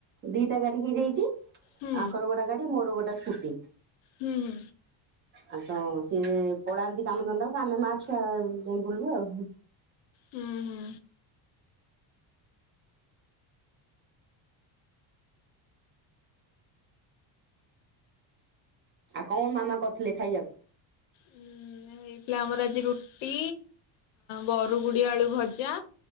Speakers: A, on the right (about 25°); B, on the left (about 70°).
A: ଦିଟା ଗାଡି ହେଇଯାଇଛି
B: ହୁଁ
A: ଆଙ୍କର ଗୋଟେ ଗାଡି ମୋର ଗୋଟେ ସ୍କୁଟି।
B: ହୁଁ ହୁଁ।
A: ଆଉ କଣ ସିଏ ପଳାନ୍ତି କାମ ଧଦାକୁ ଆମେ ମା ଛୁଆ ଯାଇ ବୁଲୁ ଆଉ।
B: ହୁଁ ହୁଁ।
A: ଆଉ କଣ ମାମା କରିଥିଲେ ଖାଇବାକୁ?
B: ହୁଁ। ହେଇଥିଲା ଆମର ଆଜି ରୁଟି ବରୁଗୁଡି ଆଳୁ ଭଜା